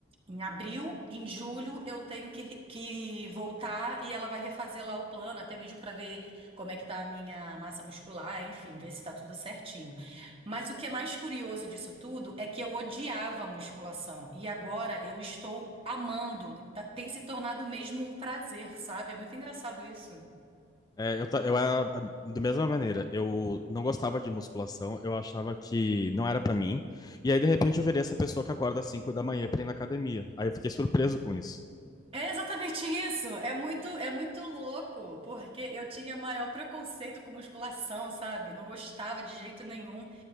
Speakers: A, on the right (about 30°); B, on the left (about 20°).
A: em abril, em julho eu tenho que, re- que voltar e ela vai refazer lá o plano, até mesmo para ver como é que tá a minha massa muscular, enfim, ver se tá tudo certinho. Mas o que é mais curioso disso tudo é que eu odiava a musculação e agora eu estou amando. Tá- Tem se tornado mesmo um prazer, sabe? É muito engraçado isso.
B: É, eu, ta- eu era ah, da mesma maneira. Eu não gostava de musculação. Eu achava que não era para mim. E aí, de repente, eu virei essa pessoa que acorda às 5 da manhã para ir na academia. Aí eu fiquei surpreso com isso.
A: É exatamente isso. É muito, é muito louco, porque eu tinha maior preconceito com musculação, sabe? Não gostava de jeito nenhum.